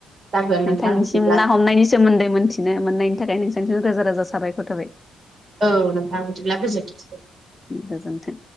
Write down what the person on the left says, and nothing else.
नोंथांनिसिम
ना हमनायनि सोमोन्दै मोनथिनो मोननायनि थाखाय नोंसा रोजा राजा साबायखर थाबाय
गोजोन्थों